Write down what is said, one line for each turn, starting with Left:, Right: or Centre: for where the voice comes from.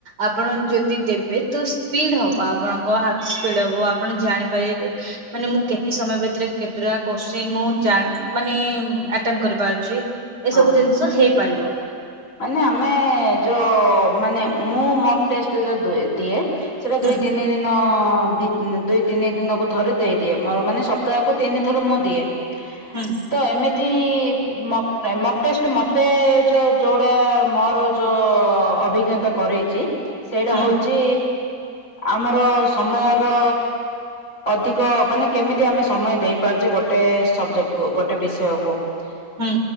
Right: ଆପଣ ଯଦି ଦେବେ ତ ସ୍ପିଡ ହବ ଆପଣଙ୍କ ହାତ ସ୍ପିଡ ହବ ଆପଣ ଜାଣିପାରିବେ କେ ମାନେ ମୁଁ କେତେ ସମୟ ଭିତରେ କେତୁଟା କୋଶ୍ଚିନ ମୁଁ ଜାଣ ମାନେ ଆଟେନ୍ କରିପାରୁଛି। ଏ
Left: ହଁ
Right: ସବୁ ଜିନିଷ
Left: ହଁ
Right: ହେଇପାରିବ।
Left: ମାନେ ଆମେ ଯୋଉ ମାନେ ମୁଁ ମକ୍ ଟେଷ୍ଟ ଯଦି ଦୁଏ ଦିଏ ସେଇଟା
Right: ହୁଁ
Left: ଦୁଇ ତିିିନି ଦି ହଁ ଭିତ୍ ଦୁଇ ତିନି ଦିନକୁ ଥରେ ଦେଇ ଦିଏ ମୋର ମାନେ ସପ୍ତାହକୁ ତିନି ଥର ମୁଁ ଦିଏ।
Right: ହୁଁ।
Left: ତ ଏମିତି ମକ ମକ୍ ଟେଷ୍ଟ ମତେ ଯୋଉ ଯୋଉଟା ମୋର ଯୋଉ ଅଭିଜ୍ଞତା କରେଇଛି ସେଇଟା
Right: ହୁଁ
Left: ହଉଛି ଆମର ସମୟର ଅଧିକ ମାନେ କେମିତି ଆମେ ସମୟ ଦେଇପାରୁଛେ ଗୋଟେ ସବଜେକ୍ଟକୁ ଗୋଟେ ବିଷୟକୁ। <unintelligible>
Right: ହୁଁ।